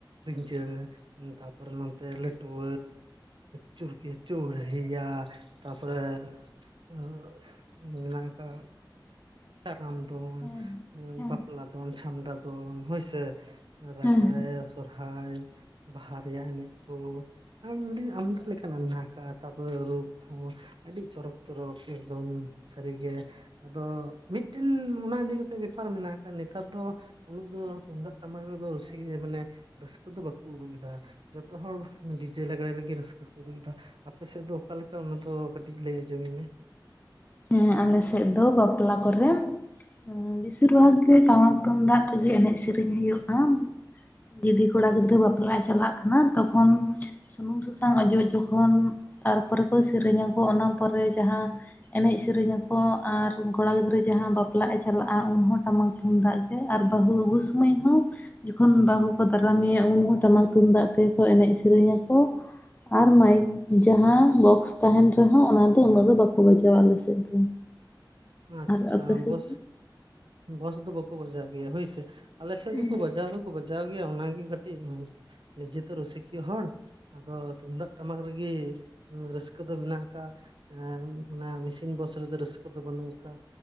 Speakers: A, on the right; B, on the left.
A: ᱨᱤᱸᱡᱟᱹ ᱛᱟᱯᱚᱨᱮ ᱱᱚᱱᱛᱮ ᱞᱟᱹᱴᱣᱟᱹ ᱪᱩᱨᱠᱤ ᱪᱩᱨᱦᱤᱭᱟ, ᱛᱟᱯᱚᱨᱮ ᱮᱸ ᱢᱮᱱᱟᱜ ᱟᱠᱟᱜ-ᱟ ᱠᱟᱨᱟᱢ ᱫᱚᱱ,
B: ᱦᱮᱸ
A: ᱮᱸ
B: ᱦᱮᱸ
A: ᱵᱟᱯᱞᱟ ᱫᱚᱱ, ᱪᱷᱟᱢᱰᱟ ᱫᱚᱱ ᱦᱳᱭᱥᱮ᱾ ᱨᱟᱜᱽᱲᱮ,
B: ᱦᱮᱸ
A: ᱥᱚᱨᱦᱟᱭ, ᱵᱟᱦᱟ ᱨᱮᱭᱟᱜ ᱮᱱᱮᱡ ᱠᱚ <unintelligible> ᱟᱢᱫᱟ ᱞᱮᱠᱟ ᱠᱟᱱᱟᱜ ᱢᱮᱱᱟᱜ ᱟᱠᱟᱜᱼᱟ, ᱛᱟᱯᱚᱨᱮ ᱨᱩ ᱠᱚᱦᱚᱸ ᱟᱹᱰᱤ ᱪᱚᱨᱚᱠ ᱪᱚᱨᱚᱠ ᱮᱠᱫᱚᱢ ᱥᱟᱹᱨᱤᱜᱮ᱾ ᱟᱫᱚ ᱢᱤᱫᱴᱮᱱ ᱚᱱᱟ ᱤᱫᱤ ᱠᱟᱛᱮᱜ ᱵᱮᱯᱟᱨ ᱢᱮᱱᱟᱜ ᱟᱠᱟᱜ-ᱟ ᱱᱮᱛᱟᱨ ᱫᱚ ᱩᱱᱟᱹᱜ ᱫᱚ ᱛᱩᱢᱫᱟᱜ ᱴᱟᱢᱟᱠ ᱨᱮᱫᱚ ᱨᱩᱥᱤ ᱢᱟᱱᱮ ᱨᱟᱹᱥᱠᱟᱹ ᱫᱚ ᱵᱟᱠᱚ ᱩᱫᱩᱜ ᱮᱫᱟ᱾ ᱡᱚᱛᱚ ᱦᱚᱲ ᱰᱤ ᱡᱮ ᱞᱟᱜᱽᱲᱮ ᱨᱮᱜᱮ ᱨᱟᱹᱥᱠᱟᱹ ᱩᱫᱩᱜ ᱮᱫᱟ᱾ ᱟᱯᱮ ᱥᱮᱫ ᱫᱚ ᱚᱠᱟ ᱞᱮᱠᱟ ᱚᱱᱟᱫᱚ ᱠᱟᱹᱴᱤᱡ ᱞᱟᱹᱭ ᱟᱸᱡᱚᱢᱤᱧ ᱢᱮ᱾
B: ᱦᱮᱸ ᱟᱞᱮ ᱥᱮᱫ ᱫᱚ ᱵᱟᱯᱞᱟ ᱠᱚᱨᱮ ᱩᱸ ᱵᱤᱥᱤᱨ ᱵᱷᱟᱜᱽ ᱜᱮ ᱴᱟᱢᱟᱠ ᱛᱩᱢᱫᱟᱜ ᱛᱮᱜᱮ ᱮᱱᱮᱡ ᱥᱤᱨᱤᱧ ᱦᱩᱭᱩᱜᱼᱟ᱾ ᱡᱩᱫᱤ ᱠᱩᱲᱟ ᱜᱤᱫᱽᱨᱟᱹ ᱵᱟᱯᱞᱜ-ᱮ ᱪᱟᱞᱟᱜ ᱠᱟᱱᱟ ᱛᱚᱠᱷᱚᱱ ᱥᱩᱱᱩᱢ ᱥᱟᱥᱟᱝ ᱚᱡᱚᱜ ᱡᱚᱠᱷᱚᱱ ᱛᱟᱨᱯᱚᱨᱮ ᱠᱚ ᱥᱮᱨᱮᱧᱟᱠᱚ ᱚᱱᱟ ᱯᱚᱨᱮ ᱡᱟᱦᱟᱸ ᱮᱱᱮᱡ ᱥᱮᱨᱮᱧ ᱟᱠᱚ ᱟᱨ ᱠᱚᱲᱟ ᱜᱤᱫᱽᱨᱟᱹ ᱡᱟᱦᱟᱸ ᱵᱟᱯᱞᱟᱜ-ᱮ ᱪᱟᱞᱟᱜᱼᱟ ᱩᱱ ᱦᱚᱸ ᱴᱟᱢᱟᱠ ᱛᱩᱢᱫᱟᱜ ᱜᱮ ᱟᱨ ᱵᱟᱹᱦᱩ ᱟᱹᱜᱩ ᱥᱩᱢᱟᱹᱡ ᱦᱚᱸ ᱡᱚᱠᱷᱚᱱ ᱵᱟᱹᱦᱩ ᱠᱚ ᱫᱟᱨᱟᱢᱮᱭᱟ ᱩᱱ ᱦᱚᱸ ᱴᱟᱢᱟᱠ ᱛᱩᱢᱫᱟᱜ ᱛᱮᱜᱮ ᱠᱚ ᱮᱱᱮᱡ ᱥᱮᱨᱮᱧᱟᱠᱚ᱾ ᱟᱨ ᱢᱟᱭᱤᱠ ᱡᱟᱦᱟᱸ ᱵᱚᱠᱥ ᱛᱟᱦᱮᱱ ᱨᱮᱦᱚᱸ ᱚᱱᱟ ᱫᱚ ᱩᱱᱟᱹᱜ ᱫᱚ ᱵᱟᱠᱚ ᱵᱟᱡᱟ ᱡᱟᱣᱟ ᱟᱞᱮ ᱥᱮᱫ ᱫᱚ᱾
A: ᱟᱪᱪᱷᱟ
B: ᱟᱨ ᱟᱯᱮ ᱥᱮᱫ
A: ᱵᱚᱥ,
B: ᱫᱚ?
A: ᱵᱚᱥ ᱫᱚ ᱵᱟᱠᱚ ᱵᱟᱡᱟᱣ ᱜᱮᱭᱟ ᱦᱳᱥᱮ? ᱟᱞᱮ ᱥᱮᱫ
B: ᱦᱩᱸ
A: ᱫᱚᱠᱚ
B: ᱦᱩᱸ
A: ᱵᱟᱡᱟᱣ ᱫᱚᱠᱚ ᱵᱟᱡᱟᱣ ᱜᱮᱭᱟ ᱚᱱᱟᱜᱮ ᱠᱟᱹᱴᱤᱡ ᱱᱤᱡᱮᱛᱚ ᱨᱩᱥᱤᱠᱤᱭᱟᱹ ᱦᱚᱲ᱾ ᱟᱫᱚ ᱛᱩᱢᱫᱟᱜ ᱴᱟᱢᱟᱠ ᱨᱮᱜᱮ ᱨᱟᱹᱥᱠᱟᱹ ᱫᱚ ᱢᱮᱱᱟᱜ ᱟᱠᱟᱜ-ᱟ᱾ ᱮᱸ ᱚᱱᱟ ᱢᱮᱥᱤᱱ ᱵᱚᱥ ᱨᱮᱫᱚ ᱨᱟᱹᱥᱠᱟᱹ ᱫᱚ ᱵᱟᱹᱱᱩᱜ ᱟᱠᱟᱜᱼᱟ,